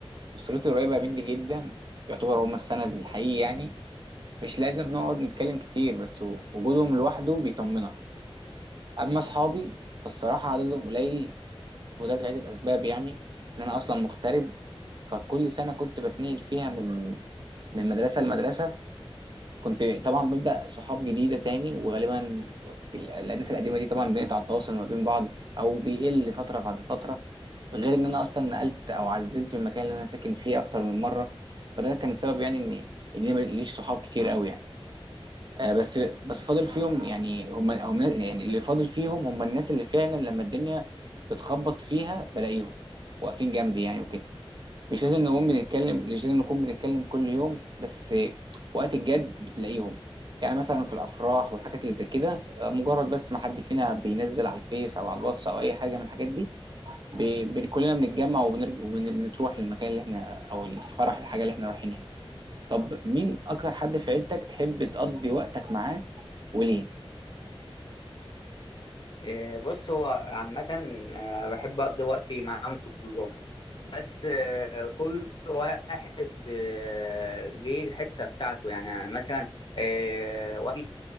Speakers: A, on the right; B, on the left.
A: اسرتي قريبه مني جدا يعتبر هم السند الحقيقي يعني مش لازم نقعد نتكلم كتير بس وجودهم لوحده بيطمنك اما اصحابي فالصراحه عددهم قليل وده لعدة أسباب يعني إن أنا أصلا مغترب فكل سنة كنت بتنقل فيها من من مدرسة لمدرسة كنت طبعا ببدأ صحاب جديدة تاني وغالبا ال- الناس القديمة دي طبعا بنقطع التواصل ما بين بعض أو بيقل فترة بعد فترة غير إن أنا أصلا نقلت أو عزلت من المكان اللي أنا ساكن فيه أكتر من مرة فده كان السبب يعني إن إن أنا ماليش صحاب كتير أوي يعني. آه، بس بس فاضل فيهم يعني هم هم يعني اللي فاضل فيهم هم الناس اللي فعلا لما الدنيا بتخبط فيها بلاقيهم واقفين جنبي يعني وكده مش لازم نقوم بنتكلم مش لازم نكون بنتكلم كل يوم بس وقت الجد بتلاقيهم يعني مثلا في الافراح والحاجات اللي زي كده آه، مجرد بس ما حد فينا بينزل على الفيس او على الواتس او اي حاجه من الحاجات دي ب... ب... كلنا بنتجمع وبنرجع وبنروح للمكان اللي احنا او الفرح الحاجه اللي احنا رايحينها طب مين اكتر حد في عيلتك تحب تقضي وقتك معاه وليه
B: إيه... بص هو عامة آه، بحب أقضي وقتي معاهم كلهم بس آه، كل واحد آه، ليه الحتة بتاعته يعني أنا مثلا آه،